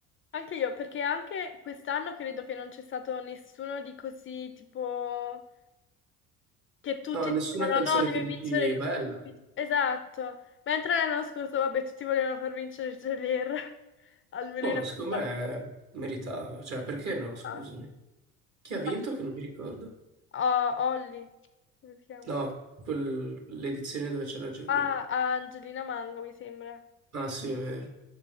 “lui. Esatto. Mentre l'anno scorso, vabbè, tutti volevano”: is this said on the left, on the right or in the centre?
Left